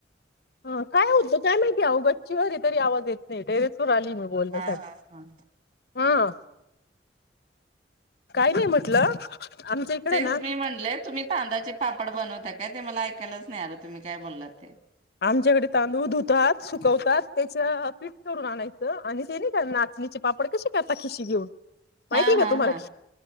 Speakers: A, on the left; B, on the right.
A: अं काय होत? काय माहिती? अहो गच्चीवर हाय तरी आवाज येतं. नाही टेरेसर आली मी बोलण्यासाठी.
B: हा हा हा.
A: हा. काय नाही म्हटलं, आमच्या इकडे
B: तेच
A: ना
B: मी म्हणले तुम्ही तांदळाचे पाप पड बनवता काय? ते मला ऐकालाच नाय आलं तुम्ही... काय बोललात ते.
A: आमच्याकडे तांदूळ धुतात, सुकवतात. त्याच पीठ करून आणायचं आणि ते नैका नाचणीचे पापड कसे करता खिशी घेऊन? माहितीय
B: हा, हा,
A: का तुम्हाला
B: हा,